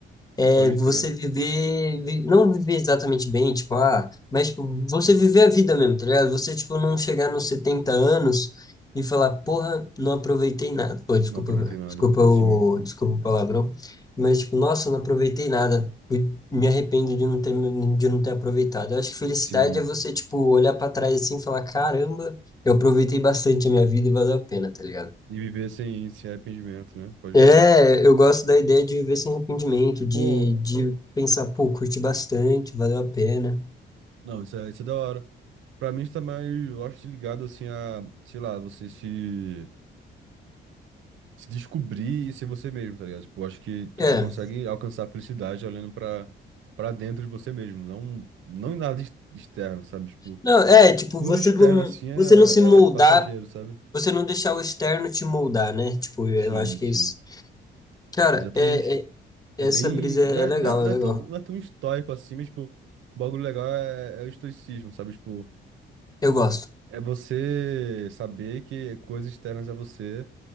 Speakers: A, on the left; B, on the right.
A: É
B: Pode
A: você
B: crer.
A: viver, vi- não viver exatamente bem, tipo, ah, mas tipo, você viver a vida mesmo, tá ligado? Você, tipo, não chegar nos 70 anos e falar, porra, não aproveitei nada. Pô, desculpa,
B: Não aproveitei nada.
A: desculpa
B: Sim,
A: o, desculpa o palavrão, mas, tipo, nossa, não aproveitei nada. Fui- Me arrependo de não ter, de não ter aproveitado. Eu acho que felicidade
B: sim.
A: é você, tipo, olhar pra trás assim e falar, caramba, eu aproveitei bastante a minha vida e valeu a pena, tá ligado?
B: E viver sem, sem arrependimento, né? Pode
A: É,
B: crer.
A: eu gosto da ideia de viver sem arrependimento, de,
B: Pô,
A: de pensar, pô, curti bastante, valeu a pena.
B: não, isso é, isso é da hora. Pra mim, está mais, eu acho, que ligado, assim, a, sei lá, você se, se descobrir e ser você mesmo, tá ligado? Tipo, eu acho que tu
A: É,
B: só consegue alcançar a felicidade olhando pra, pra dentro de você mesmo, não, não em nada ex- externo, sabe? Tipo,
A: não, é, tipo,
B: tudo
A: você
B: externo,
A: não,
B: assim, é,
A: você não se moldar,
B: é, é passageiro, sabe?
A: você não deixar o externo te moldar, né? Tipo, eu
B: Sim,
A: acho que
B: sim,
A: é isso. Cara,
B: exatamente.
A: é, é- essa
B: É bem,
A: brisa é,
B: não
A: é
B: é,
A: legal,
B: não é
A: é
B: não
A: legal.
B: é tão, não é tão estoico assim, mas, tipo, o bagulho legal é, é o estoicismo, sabe? Tipo,
A: Eu gosto.
B: É você saber que coisas externas a você.